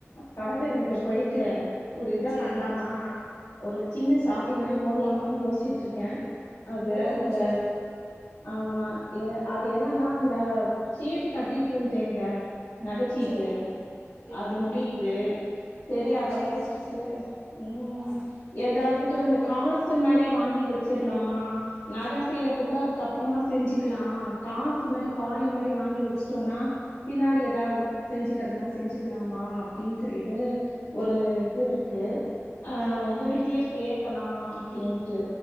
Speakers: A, on the left (about 85°); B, on the right (about 80°).
A: கடத்தெர்வுக்கு போயிட்டு ஒரு இதை
B: சேரிங்க
A: பண்ணலாமா ஒரு சின்ன ஷாப்பிங் மாதிரி போடலாமான்னு யோசிட்டு இருக்கே அது
B: ஓ
A: இந்த
B: சேர்
A: ஆமா ஏ அது என்னன்னா இந்த சீட்டு கட்டிட்டு இருந்தேங்க நகைச்சீட்டு
B: சேரிங்க சேரிங்க
A: அது முடியுது செரி
B: ஓ
A: அதை
B: சேரி
A: முடிச்சுட்டு
B: சேரி சே
A: ம்
B: ஆ
A: ஏதாவதுட்டு வந்து காசு மாரி வாங்கி வச்சிரலாமா நக செய்றது கூட அதுக்ப்றமா செஞ்சுக்கலா காசு மாரி காயின் மாரி வாங்கி வச்சுட்டோம்னா பின்னாடி ஏதாவ் செஞ்சுக்கிறதுன செஞ்சுக்கலாமா அப்படின் சொல்ட்டு ஒரு இது இருக்கு ஆ
B: சேரிங்க
A: உங்ககிட்டியே கேட் இருக்கலா அப்டின்ட்டு